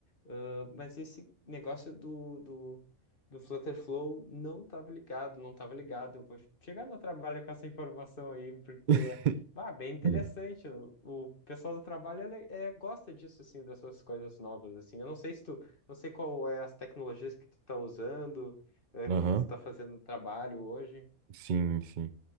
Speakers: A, on the left; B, on the right.
A: Ah, mas esse negócio do, do do Flutterflow não estava ligado, não estava ligado. Eu vou chegar no trabalho com essa informação aí, porque,
B: Uhum.
A: bah, bem interessante.
B: <laughs>
A: O, o pessoal do trabalho ele, é, gosta disso, assim, dessas coisas novas, assim. Eu não sei se tu, não sei qual é as tecnologias que tu tá usando, eh,
B: Aham.
A: que tu tá fazendo no trabalho hoje.
B: Sim, sim.